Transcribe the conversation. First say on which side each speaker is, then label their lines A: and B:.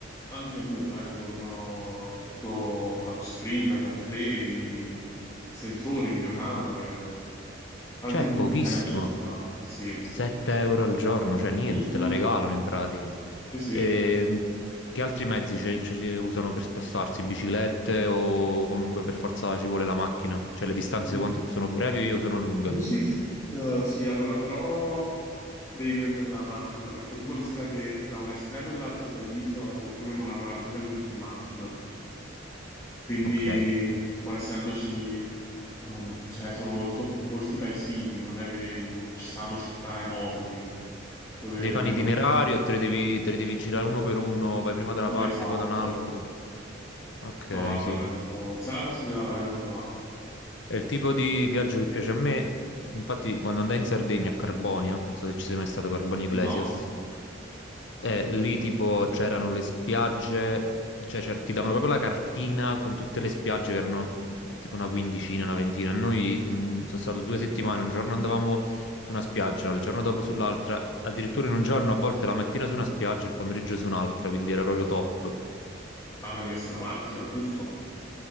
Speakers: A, on the left; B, on the left.
A: anche nuove, eh, con eh, tutto touchscreen, CarPlay, sensori, videocamere,
B: Ok.
A: anche
B: cioè,
A: ben
B: pochissimo.
A: accessionato, sì.
B: 7 euro al giorno, cioè niente,
A: Mm-mm.
B: te la regalano in pratica.
A: Sì, sì.
B: E che altri mezzi ce- ce- ci usano per spostarsi? Biciclette o comunque per forza ci vuole la macchina? Cioè le distanze
A: Mm.
B: quanto- sono brevi o io sono lunghe?
A: Dici, eh, sì, allora, però devi prendere la macchina, perché tu considera che tra un estremo e l'altro dell'isola sono più o meno una quarantina minuti di macchina. Quindi,
B: Ok.
A: poi essendoci, um, cioè, sono molto, molti paesini, non è che in- ci stanno città enormi dove
B: Devi fare
A: uno
B: un itinerario,
A: sa.
B: te li devi, te li devi girare uno per uno, vai prima da una
A: Sì,
B: parte,
A: esatto.
B: poi da un'altra. Ok,
A: No, guarda,
B: sì.
A: penso, se hai la possibilità veramente va.
B: È il tipo di viaggio che piace a me. Infatti, quando andai in Sardegna a Carbonia, non so se ci sei mai stato, Carbonia Iglesias.
A: No,
B: Eh, lì tipo c'erano le spiagge, cioè, cioè, ti davano proprio la cartina con tutte le spiagge che erano tipo una quindicina, una ventina. Noi mm, sono stato due settimane, un giorno andavamo su una spiaggia, il giorno dopo sull'altra, addirittura in un giorno a volte la mattina su una spiaggia, il pomeriggio su un'altra, quindi era proprio top.
A: ma prendersi la macchina, giusto?